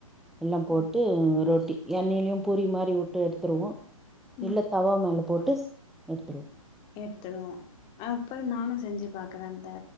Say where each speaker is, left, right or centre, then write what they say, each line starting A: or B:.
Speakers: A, in the centre; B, on the left.
A: எல்லா போட்டு ரொட்டி எண்ணெலேயு பூரி மாரி வுட்டு எடுத்துருவோ
B: ம்
A: இல்ல தவா மேல போட்டு ஸ் எடுத்துருவோ
B: எடுத்துடுவோ அப்போ நானு செஞ்சு பாக்குறே அந்த